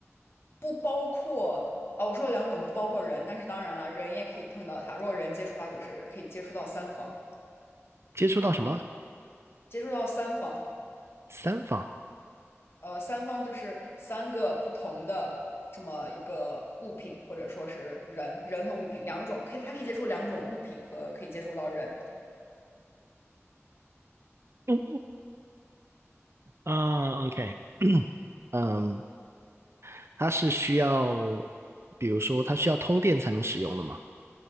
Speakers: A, on the left; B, on the right.
A: 不包括啊。我说了两种不包括人，但是当然了，人也可以碰到它，如果人接触它，就是可以接触到三方，
B: 接触到什么
A: 接触到三方，
B: 三方？
A: 呃，三方就是三个不同的这么一个物品，或者说是人，人和物品两种，可以，它可以接触两种物品和可以接触到人。
B: 嗯，啊，OK，<clears throat> 嗯，它是需要，比如说它需要通电才能使用的吗？